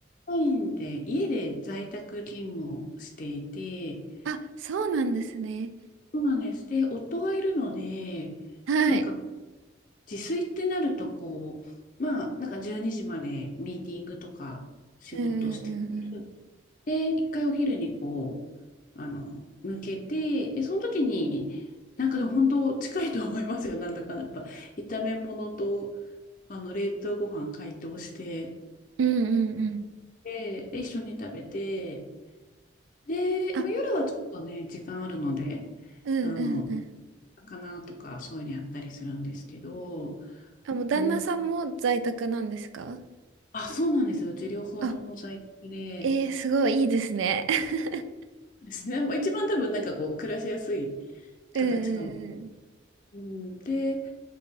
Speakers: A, on the left; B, on the right.
A: オンラインで、家で在宅勤務をしていて、
B: あ、そうなんですね。
A: そうなんです。で、夫がいるので、
B: はい。
A: なんか、自炊ってなると、こう、まあ、なんか12時までミーティングとか仕事してて、
B: うんうんうん
A: で、一回お昼にこう、あの、抜けて、で、その時に、なんかでも本当近いと思いますよ。なんだかんだやっぱ、炒め物と、あの、冷凍ご飯解凍して、
B: うん。うんうんうん。
A: で、で、一緒に食べて、で、
B: あ、
A: まあ、夜はちょっとね、時間あるので、
B: うんうんうん。
A: あの、魚とかそういうのやったりするんですけど、
B: あ、もう旦那さんも在宅なんですか
A: うん、あ、そうなんですよ。うち両方とも在宅で、
B: あ、えー、すごいいいですね。<laughs>
A: ですね。まあ一番多分なんかこう暮らしやすい
B: うん
A: 形かも。うん、で、